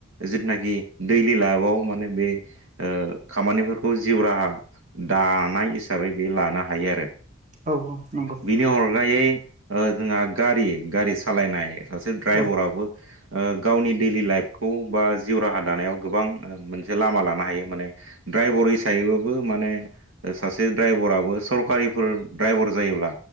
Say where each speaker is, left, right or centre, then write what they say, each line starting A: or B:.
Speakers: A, on the right; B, on the right.
A: जिथुनाखि दैलि लाइबाव माने बे ओ ओ खामानिफोरखौ जिउ राहा दानाय हिसाबै बे लानो हायो आरो।
B: औ नंगौ
A: बिनि अरगायै ओ जोङा गारि गारि सालायनाय सासे ड्राइबराबो
B: औ
A: ओ गावनि दैलि लाइफखौ बा जिउ राहा दानायाव गोबां ओ मोनसे लामा लानो हायो। माने ड्राइबर हिसायैबाबो माने ओ सासे ड्राइबराबो सरकारि फोर ड्राइबर जायोब्ला